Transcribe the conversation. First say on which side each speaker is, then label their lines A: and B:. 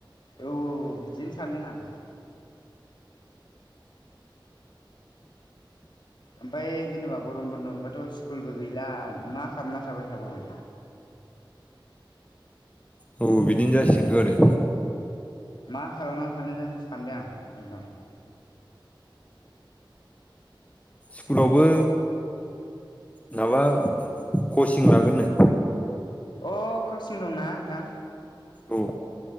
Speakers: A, on the left; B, on the left.
A: औ बिदिनो सानदोंङ आं दा ओमफ्राय जेनेबा गरम बन्द' मोनबाथ' स्कुलबो गैला मा खालामना थाबाय थाबावगोन
B: औ बिदिनो जासि सिन्थानो
A: मा खालामना सानबाय आं एकदम
B: स्कुलावबोर माबा कचिं लागोननो
A: अ कावसिं दंना नोंथां
B: औ